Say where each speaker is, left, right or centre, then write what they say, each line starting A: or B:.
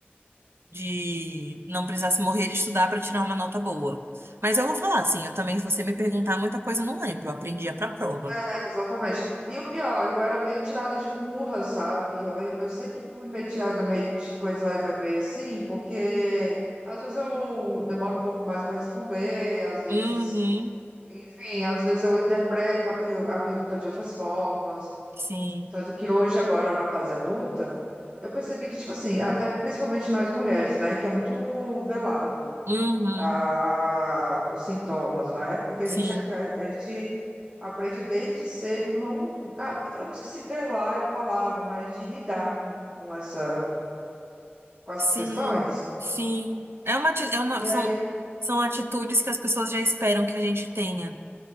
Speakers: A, on the right; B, on the right.
A: de não precisasse morrer de estudar para tirar uma nota boa. Mas eu vou falar assim, eu também, se você me perguntar muita coisa, eu não lembro, eu aprendia para prova.
B: É, exatamente. E o pior, eu era meio tirada de burra, sabe? Eu lembro, eu sempre fui meio tirada meio de coisa eh, meio assim, porque às vezes eu demoro um pouco mais para responder, às vezes,
A: Uhum,
B: enfim, às vezes eu interpreto a, per- a pergunta de outras formas.
A: sim.
B: Tanto que hoje, agora na fase adulta, eu percebi que, tipo assim, até principalmente nós mulheres, né, que é muito velado.
A: Uhum,
B: a- os sintomas, né? Porque
A: sim.
B: a gente, aca- a gente aprende desde cedo, não, a- eu não sei se velar é a palavra, mas de lidar com, com essa, com essas
A: Sim.
B: questões.
A: Sim. É uma, ati- é uma
B: E
A: são
B: aí,
A: são atitudes que as pessoas já esperam que a gente tenha,